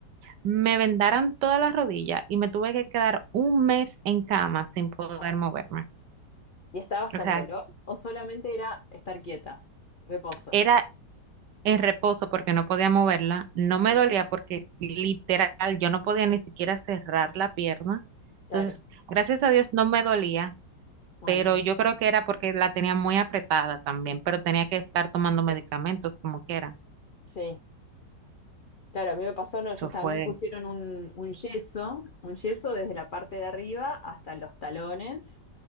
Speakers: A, on the right; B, on the left.
A: me vendaran toda la rodilla y me tuve que quedar un mes en cama sin poder
B: wow.
A: moverme.
B: ¿Y estabas con
A: O sea,
B: dolor? ¿O solamente era estar quieta, reposo?
A: era en reposo porque no podía moverla, no me
B: Mm,
A: dolía porque literal yo no podía ni siquiera cerrar la pierna.
B: claro,
A: Entonces, gracias a Dios no me dolía,
B: bueno,
A: pero
B: bien,
A: yo creo que era porque la tenía muy apretada también, pero tenía que estar tomando medicamentos
B: claro.
A: como quiera.
B: Sí, Claro, a mí me pasó, no, yo
A: Eso
B: estaba-
A: fue,
B: a mí me pusieron un, un yeso, un yeso desde la parte de arriba hasta los talones.